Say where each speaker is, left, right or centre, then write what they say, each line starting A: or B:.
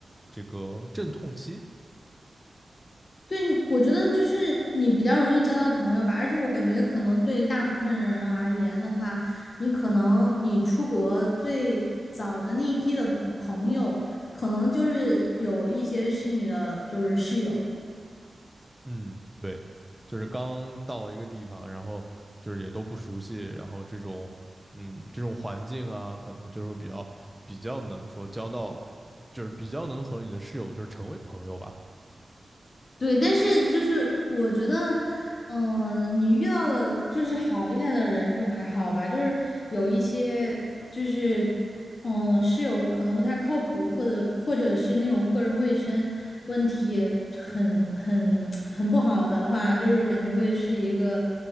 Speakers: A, in the centre; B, on the left.
A: 这个阵痛期。
B: 对，我觉得就是你比较容易交到朋友吧，而且我感觉可能对大部分人而言的话，你可能你出国最早的那一批的同朋友，可能就是有一些是你的就是室友，
A: 嗯，对，就是刚到一个地方，然后就是也都不熟悉，然后这种嗯这种环境啊，可能就是会比较比较能说交到，就是比较能和你的室友就是成为朋友吧。
B: 对，但是就是我觉得，嗯、你遇到的就是好一点的人就还好吧，就是有一些就是，嗯、室友可能不太靠谱，或者或者是那种个人卫生问题很很 <tsk> 很不好的话，就是感觉会是一个